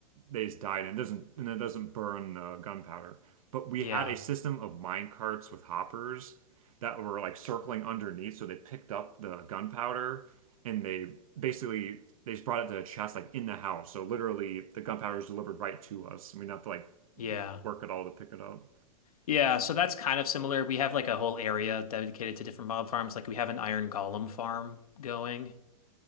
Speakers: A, on the right; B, on the left.
A: they just died, and it doesn't and it doesn't burn the gunpowder. But we
B: Yeah.
A: had a system of mine carts with hoppers that were like circling underneath, so they picked up the gunpowder and they basically they just brought it to a chest like in the house. So literally, the gunpowder is delivered right to us, and we didn't have to like
B: Yeah.
A: work at all to pick it up.
B: Yeah, so that's kind of similar. We have like a whole area dedicated to different mob farms. Like we have an iron golem farm going.